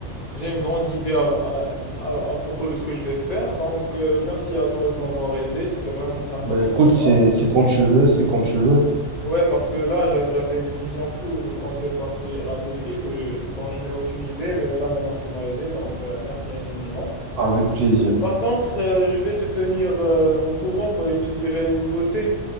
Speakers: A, on the left; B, on the right.
A: J'ai une grande idée à, à- à- à propos de ce que je vais faire. Donc, euh, merci à toi de m'avoir aidé. C'était vraiment sympa
B: Bah,
A: de
B: écoute,
A: ta
B: c'est,
A: part.
B: c'est quand tu veux, c'est quand tu veux,
A: Ouais, parce que là, j'avais, j'avais des visions floues. Je comptais partir à des villes que, dont je n'ai aucune idée, mais là, maintenant, tu m'as aidé. Donc, euh, merci infiniment.
B: avec plaisir.
A: Par contre, euh, je vais te tenir euh, au courant, parce que je te dirai les nouveautés.